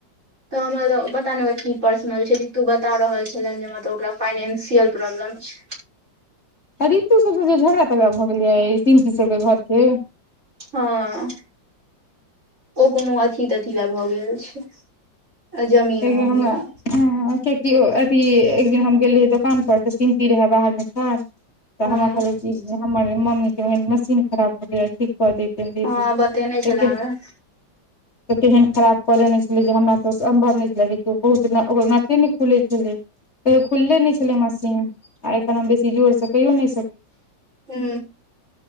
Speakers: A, on the right (about 40°); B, on the left (about 35°).
A: तऽ हमर पता नहि की पर्सनल छैी तू बता रहल छले जे हमतलब ओकरा। फाइनेंसियल प्रॉब्लम छै
B: आ ऋतु सब जे झगड़ा तगड़ा भऽ गेल य तीन तीन सब के घर के
A: हँ ओ कोनो अथी तथी लए भऽ गेल छै जमीन
B: <unintelligible>
A: वमीन
B: हमरा ह कियकि अथी एक दिन हम गेलरहियइ दोकान पर तऽ कीनती रहे बाहर मे ठाड़ तऽ
A: हँ
B: हमरा कहलक जे हमर मम्मी के मशीन खराब भगेलया ठीक क दैतउ
A: हँ बतेने
B: दीदी
A: छले हमरा
B: <unintelligible> तेहन खराब कऽ लेने छले जे हमरा सब सम्भव नहि बहुत ओकर नटे नहि खुले छलै कहीरयो खुलले नहि छलै मशीन आ एखन हम बेसी जोर से कयो नहि सक
A: हू